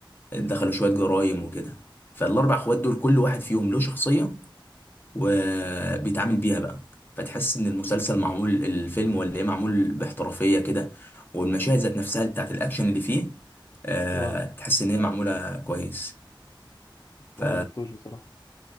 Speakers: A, on the left; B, on the left.
A: دخلوا شويه جرايم وكده فالاربع اخوات دول كل واحد فيهم له شخصيه وبيتعامل بيها بقى فتحس ان المسلسل معمول الفيلم ولا ايه معمول باحترافيه كده والمشاهد ذات نفسها بتاعت الاكشن اللي فيه آه
B: اه
A: تحس ان هي معموله كويس ف
B: انا ما شفتهوش بصراحه